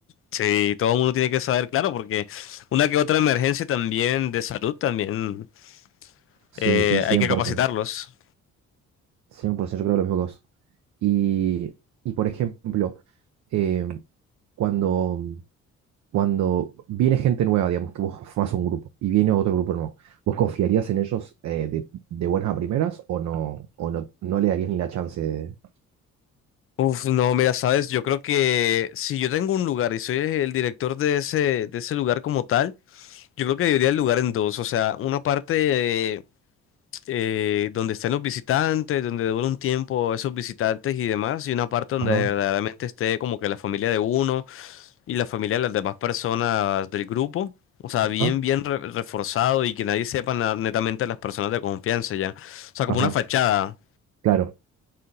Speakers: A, on the left; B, on the right.
A: Sí, todo el mundo tiene que saber, claro, porque una que otra emergencia también de salud también
B: Sí,
A: eh,
B: sí, cien cien
A: hay que capacitarlos.
B: por ciento. cien por 100%, yo creo lo mismo que vos. Y, y por ejemplo, eh, cuando cuando viene gente nueva, digamos, que vos formás un grupo y viene otro grupo nuevo, ¿vos confiarías en ellos eh, de, de buenas a primeras o no, o no, no le darías ni la chance de...
A: Uf, no, mira, sabes, yo creo que si yo tengo un lugar y soy el director de ese, de ese lugar como tal, yo creo que dividiría el lugar en dos, o sea, una parte eh, eh, donde estén los visitantes, donde dure un tiempo esos visitantes y demás, y una parte donde
B: Ajá,
A: verdaderamente esté como que la familia de uno y la familia de las demás personas del grupo, o sea,
B: ajá,
A: bien, bien re- reforzado y que nadie sepa na- netamente las personas de confianza ya, o sea, como
B: ajá.
A: una fachada.
B: Claro.